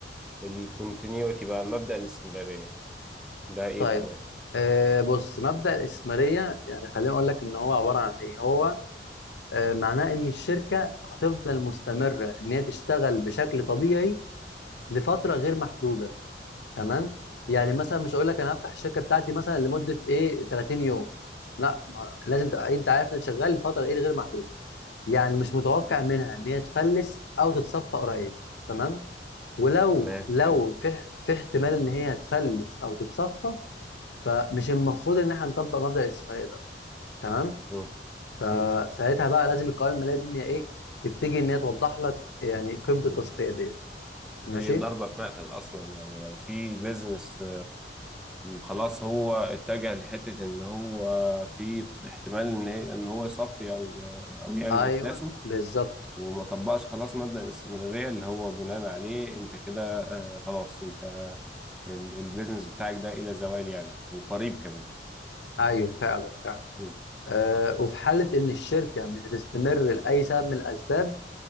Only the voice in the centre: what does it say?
الكونتينيوتي بقى مبدأ الاستمرارية ده ايه
معناه
تمام
حلو
مم.
مم.
مم.
دي
ضربة في مقتل اصلا يعني لو في بيزنس خلاص هو اتجه لحتة ان هو في احتمال ان هي- ان هو يصفي او او يعني
افلاسه
وما طبقش خلاص مبدأ الاستمرارية اللي هو بناء عليه انت كده خلاص انت ال- البيزنس بتاعك ده الى زوال يعني وقريب كمان
مم.